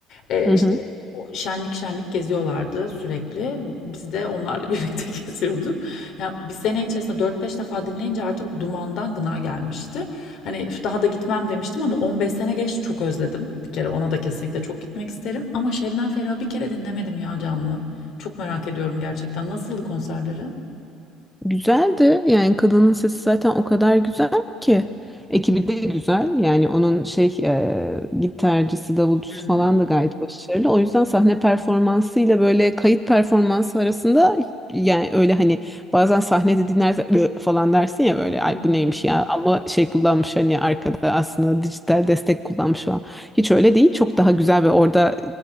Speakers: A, on the left (about 60°); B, in the centre.
A: E,
B: Hı
A: işte
B: hı.
A: o şenlik şenlik geziyorlardı sürekli. Biz de onlarla birlikte <laughs> geziyorduk. Yani bir sene içerisinde dört beş defa dinleyince artık dumandan gına gelmişti. Hani üf, daha da gitmem demiştim ama 15 sene geçti çok özledim. Bir kere ona da kesinlikle çok gitmek isterim. Ama Şebnem Ferah'ı bir kere dinlemedim ya canlı. Çok merak ediyorum gerçekten. Nasıldı konserleri?
B: Güzeldi. Yani kadının sesi zaten o kadar güzel ki. Ekibi de güzel. Yani onun şey e, gitarcısı, davulcusu
A: Hmm,
B: falan da gayet başarılı. O yüzden sahne performansıyla böyle kayıt performansı arasında yani öyle hani bazen sahnede dinlersen "Ö" falan dersin ya böyle
A: Hı
B: ay
A: hı.
B: bu neymiş ya ama şey kullanmış hani arkada aslında dijital destek kullanmış falan. Hiç öyle değil. Çok daha güzel ve orada